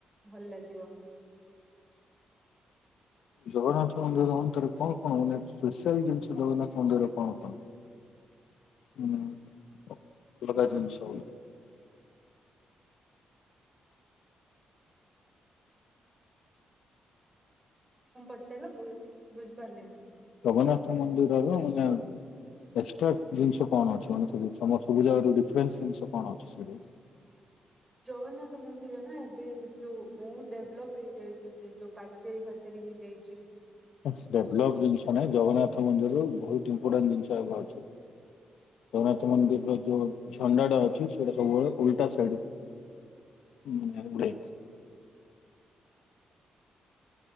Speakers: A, on the right (about 25°); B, on the left (about 90°).
A: ଭଲ ଲାଗିବ।
B: ଜଗନ୍ନାଥ ମନ୍ଦିର ଅନ୍ତରେ କଣ କଣ ମାନେ ସ୍ପେଶିଆଲ ଜିନିଷ ଜଗନ୍ନାଥ ମନ୍ଦିରରେ କଣ କଣ? ମାନେ ଅ ଅଲଗା ଜିନିଷ ବୋଲେ।
A: କଁ ପଚାରିଲ ବୁ ବୁଝିପାରିଲିନି।
B: ଜଗନ୍ନାଥ ମନ୍ଦିରର ମାନେ ଏକ୍ସଟ୍ରା ଜିନିଷ କଣ ଅଛି ମାନେ ସମ ସୁବିଦା ଆଡ଼ୁ ଡିଫରେନ୍ସ ଜିନିଷ କଣ ଅଛି ସେଇଠି?
A: ଜଗନ୍ନାଥ ମନ୍ଦିର ନାଁ ଏବେ ଯୋଉ ବହୁତ ଡେଭଲପ୍ ହେଇଯାଇଚି ସେଇ ଯୋଉ ପାଚେରି ଫାଚେରି ହେଇଯାଇଚି।
B: ହାସ୍ ଡେଭଲପ୍ ଜିନିଷ ନାଇଁ ଜଗନ୍ନାଥ ମନ୍ଦିରର ବୋହୁତ ଇମ୍ପୋର୍ଟାଣ୍ଟ ଜିନିଷ ଆଉ ଏବେ ଅଛି। ଜଗନ୍ନାଥ ମନ୍ଦିରର ଯୋଉ ଝଣ୍ଡାଟା ଅଛି ସେଟା ସବୁବେଳେ ଉଲଟା ସାଇଡ଼୍ ଉଁ ନାଇଁ ଉଡ଼େ।